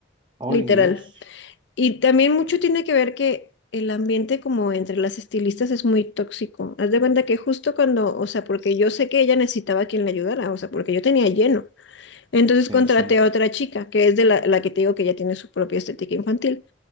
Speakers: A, on the right (about 25°); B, on the left (about 75°).
A: Ay,
B: literal.
A: Dios.
B: Y también mucho tiene que ver que el ambiente como entre las estilistas es muy tóxico. Haz de cuenta que justo cuando, o sea, porque yo sé que ella necesitaba a quien la ayudara, o sea, porque yo tenía lleno. Entonces
A: Eh,
B: contraté
A: sí,
B: a otra chica, que es de la, la que te digo que ya tiene su propia estética infantil.